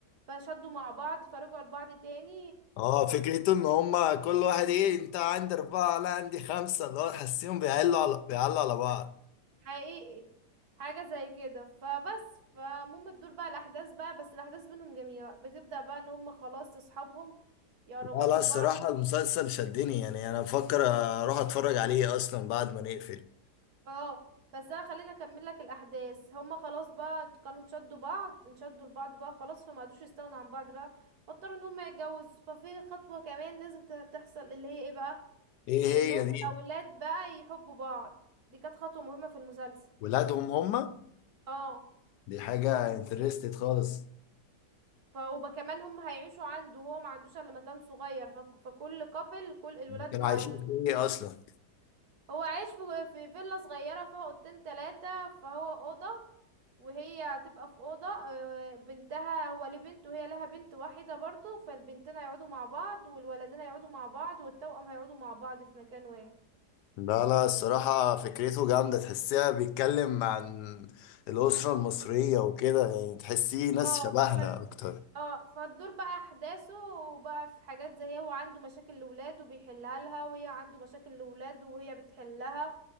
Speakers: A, on the right (about 65°); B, on the left (about 80°).
A: فشدوا مع بعض فرجعوا لبعض تاني
B: اه فكرته ان هما كل واحد ايه انت عندي اربعة لا عندي خمسة اللي هو تحسيهم بيعلوا على بيعلوا على بعض
A: حقيقي حاجة زي كده فبس فمهم تدور بقى الأحداث بقى بس الأحداث بينهم جميلة بتبدأ بقى إن هم خلاص أصحابهم يقربوا
B: لا لا
A: من
B: الصراحة
A: بعض
B: المسلسل شدني يعني انا بفكر اروح اتفرج عليه اصلا بعد ما نقفل
A: اه بس أنا خليني أكمل لك الأحداث هم خلاص بقى كانوا انشدوا بعض انشدوا لبعض بقى خلاص فما قدوش يستغنوا عن بعض بقى فاضطروا إن هم يتجوزوا ففي خطوة كمان لازم ت- تحصل اللي هي ايه بقى
B: ايه
A: إن هم
B: هي
A: الأولاد
B: دي
A: بقى يحبوا بعض دي كانت خطوة مهمة في المسلسل
B: ولادهم هما
A: اه
B: دي حاجة انترستد خالص
A: ف وكمان هم هيعيشوا عنده وهو ما عندوش الا مكان صغير ف... فكل قبل كل الولاد
B: هما كانوا
A: مع
B: عايشين
A: ال...
B: في ايه اصلا
A: هو عايش في في فيلا صغيرة فيها اوضتين تلاتة فهو اوضة وهي هتبقى في اوضة آه، بنتها هو ليه بنت وهي لها بنت واحدة برضو فالبنتين هيقعدوا مع بعض والولدين هيقعدوا مع بعض والتوأم هيقعدوا مع بعض في مكان واحد
B: لا لا الصراحة فكرته جامدة تحسيها بيتكلم عن الأسرة المصرية وكده يعني تحسيه ناس
A: اه
B: شبهنا أكتر
A: اه فالدور بقى احداثه وبقى في حاجات زي هو عنده مشاكل لولاده بيحلها لها وهي عنده مشاكل لولاده وهي بتحلها